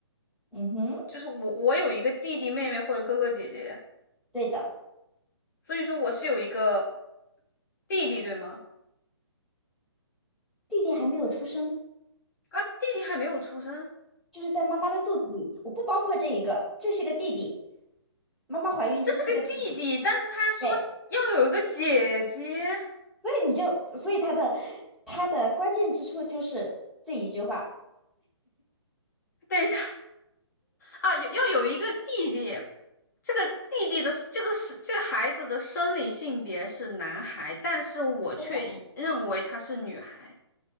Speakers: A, in the centre; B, on the left (about 40°).
A: 嗯哼，
B: 就是我我有一个弟弟妹妹或者哥哥姐姐，
A: 对的，
B: 所以说我是有一个弟弟，对吗？
A: 弟弟还没有出生，
B: 啊，弟弟还没有出生，
A: 就是在妈妈的肚子里，我不包括这一个，这是个弟弟，妈妈怀孕，
B: 这是个弟弟，
A: 这个是个弟弟。
B: 但是他说要有一个姐姐。
A: 对，所以你就，所以他的他的关键之处就是这一句话。
B: 等一下啊，有要有一个弟弟，这个弟弟的这个是这个孩子的生理性别是男孩，但是我却认为他是女孩。
A: 对的，